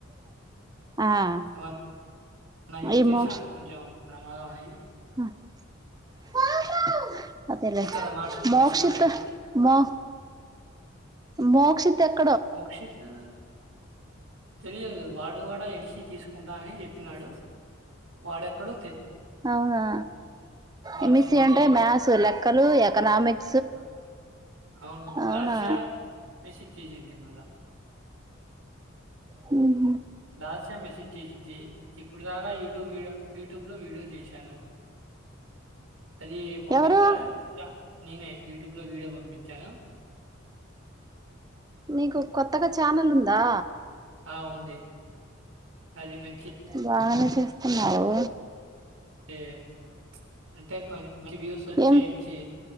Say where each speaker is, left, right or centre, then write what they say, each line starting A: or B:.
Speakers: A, on the right; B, on the right.
A: ఆ
B: ఏమ నా <unintelligible>
A: ఈ మోక్ష
B: కొంచెం ప్రమాదం అనీ
A: <inaudible> అదేలే
B: ఇక్కడ మార్చుకున్నాం
A: మోక్షిత
B: విసన్నపేటలోకి
A: మో మోక్షితెక్
B: మోక్షిత ఆ తెలియదు వాడు గూడా ఏం సీ తీసుకుంటా అని చెప్పినాడు వాడెక్కడ్
A: అవునా
B: వాడు
A: ఎం ఇ
B: ఫోను
A: సి అంటే మ్యాథ్స్ లెక్కలు ఎకనామిక్
B: అవును అవును
A: అవునా
B: లాస్య మేసిజ్ చేసి దిమల
A: ఉ
B: లాస్య మెసేజ్ చేసిద్ది ఇప్పుడుదాకా టు వీడియో యూట్యూబ్లో వీడియో చేశాను అది పంపించా
A: ఎవరు
B: ట నేనే యూట్యూబ్ లో వీడియో పంపి చాను
A: నీకు కొత్తగా ఛానల్ ఉందా
B: ఆ ఉంది అది మంచి
A: వాహను చేస్తున్నావు
B: ఎం అంటే కొంచెం మంచి వ్యూస్ వచ్చినై
A: ఏం
B: మంచి